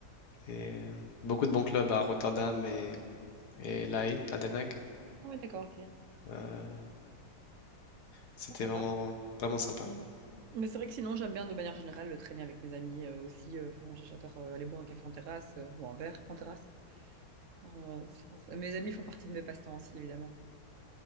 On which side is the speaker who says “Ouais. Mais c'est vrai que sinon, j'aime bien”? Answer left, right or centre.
Right